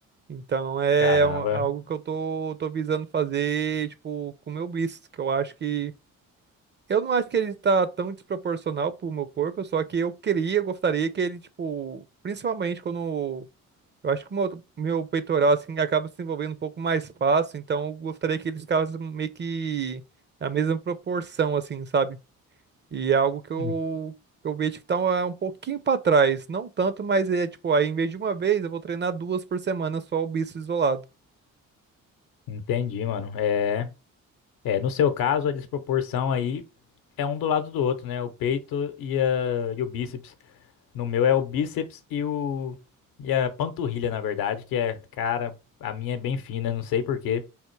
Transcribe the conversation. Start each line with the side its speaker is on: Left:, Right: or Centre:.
Right: Então é
Left: Caramba,
Right: um- algo que eu tô, tô visando fazer, tipo, com o meu bíceps, que eu acho que. Eu não acho que ele tá tão desproporcional pro meu corpo, só que eu queria, gostaria que ele, tipo, principalmente quando. Eu acho que o meu, meu peitoral, assim, acaba se envolvendo um pouco mais fácil, então eu gostaria que ele ficasse meio que na mesma proporção, assim, sabe? E é algo que eu,
Left: en-
Right: que eu vejo que tá um, é um pouquinho pra trás. Não tanto, mas é, tipo, aí em vez de uma vez, eu vou treinar duas por semana só o bíceps isolado.
Left: entendi, mano. É, é, no seu caso, a desproporção aí é um do lado do outro, né? O peito e, a, e o bíceps. No meu é o bíceps e o e a panturrilha, na verdade, que é, cara, a minha é bem fina, não sei por quê.